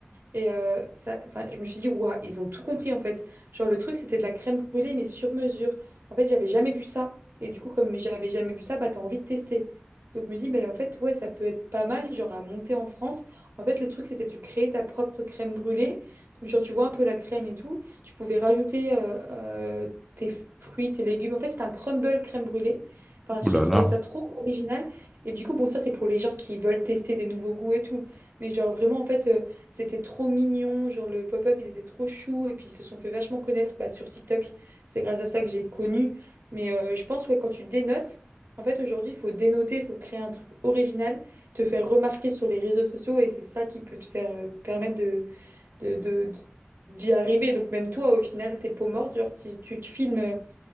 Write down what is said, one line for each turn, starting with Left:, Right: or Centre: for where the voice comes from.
Right: Et euh, ça, enfin, je me suis dit, waouh, ils ont tout compris en fait. Genre, le truc, c'était de la crème brûlée, mais sur mesure. En fait, j'avais jamais vu ça. Et du coup, comme j'avais jamais vu ça, bah, t'as envie de tester. Donc, je me dis, bah, en fait, ouais, ça peut être pas mal, genre, à monter en France. En fait, le truc, c'était tu créais ta propre crème brûlée. Donc, genre, tu vois un peu la crème et tout. Tu pouvais rajouter euh, euh, tes fruits, tes légumes. En fait, c'était un crumble crème brûlée. Enfin,
Centre: Ouh là
Right: j'ai trouvé
Centre: là.
Right: ça trop original. Et du coup, bon, ça, c'est pour les gens qui veulent tester des nouveaux goûts et tout. Mais genre, vraiment, en fait. euh, c'était trop mignon, genre le pop-up, il était trop chou. Et puis ils se sont fait vachement connaître bah, sur TikTok. C'est grâce à ça que j'ai connu. Mais euh, je pense, ouais, quand tu dénotes, en fait, aujourd'hui, il faut dénoter, il faut créer un truc original, te faire remarquer sur les réseaux sociaux. Et c'est ça qui peut te faire euh, permettre de, de, de- de- d'y arriver. Donc même toi, au final, tes peaux mortes, genre tu, tu te filmes euh,